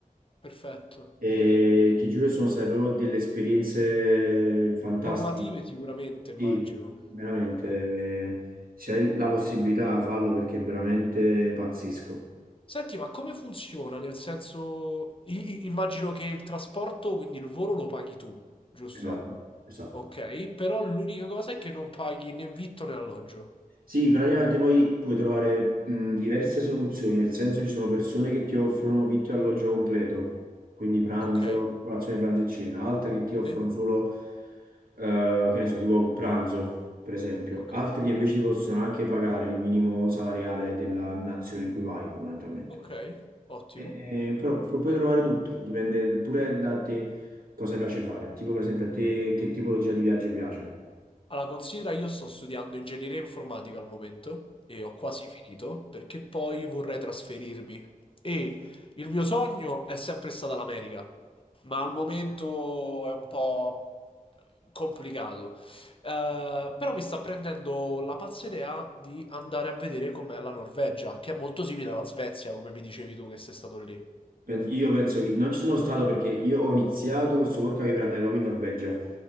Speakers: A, on the left (about 40°); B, on the right (about 85°).
A: perfetto.
B: E ti giuro, sono state proprio delle esperienze fantastiche.
A: Formative sicuramente, immagino.
B: Sì, veramente.
A: Eh.
B: Se hai la possibilità, fallo perché è veramente pazzesco.
A: Senti, ma come funziona? Nel senso, i- i- immagino che il trasporto, quindi il volo lo paghi tu, giusto?
B: Esatto, esatto.
A: Ok, però l'unica cosa è che non paghi né vitto né alloggio.
B: Sì, praticamente poi puoi trovare mh, diverse soluzioni, nel senso ci sono persone che ti offrono vitto e alloggio completo, quindi pranzo,
A: Ok,
B: colazione, pranzo e cena, altre che ti offrono
A: sì,
B: solo, eh, che ne so, tipo pranzo, per esempio,
A: ok,
B: altri che invece ti possono anche pagare il minimo salariale della nazione in cui vai, fondamentalmente.
A: ok, ottimo.
B: E- e- però pu- puoi trovare tutto, dipende pure da te cosa piace fare, tipo per esempio a te che tipologia di viaggio piace.
A: Allora, considera, io sto studiando ingegneria informatica al momento e ho quasi finito perché poi vorrei trasferirmi. E il mio sogno è sempre stata l'America, ma al momento è un po' complicato. Eh, però mi sta prendendo la pazza idea di andare a vedere com'è la Norvegia, che è molto simile alla Svezia, come mi dicevi tu che sei stato lì.
B: Pen- Io penso che non ci sono stato perché io ho iniziato questo workaway per andare proprio in Norvegia,